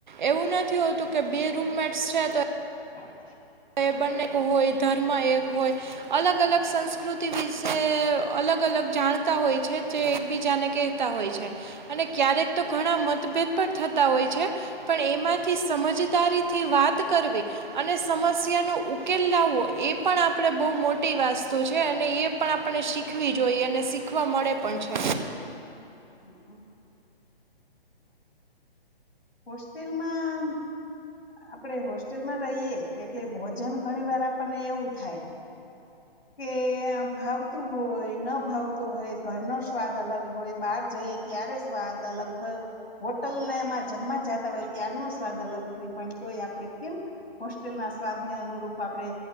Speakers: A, on the right (about 50°); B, on the left (about 80°).
A: એવું નથી હોતું કે બે રૂમમેટ્સ છે તો
B: <inaudible>
A: એ બંને હોય ધર્મ એક હોય અલગ અલગ સંસ્કૃતિ વિશે અલગ અલગ જાણતા હોય છે જે એક બીજા ને કતા હોય છે અને ક્યારેક તો ઘણા મતભેદ પણ થતા હોય છે પણ એમાંથી સમજદારીથી વાત કરવી અને સમ સમ્યા ન ઉકેલ લાવવો એ પણ આપણે બહ મોટી વાસ્તુ છે અને એ પણ આપણે શીખવી જોઈ અને શીખવા મળે પણ છે.
B: <inaudible> હોસ્ટેલમાં આપડે હોસ્ટેલમાં રહીએ એટલે ભોજન ઘણી વાર આપણને એવું થાય. કે ભાવતું હોય ન ભાવતું હોય ઘરનો સ્વાદ અલગ હોય બહાર જઈએ ત્યારે સ્વાદ અલગ હોય હોટલ એમાં જમવા જતા હોય ત્યારનો સ્વાદ અલગ હોય પણ તોય આપણે કેમ હોસ્ટેલના સ્વાદને અનુરૂપ આપણે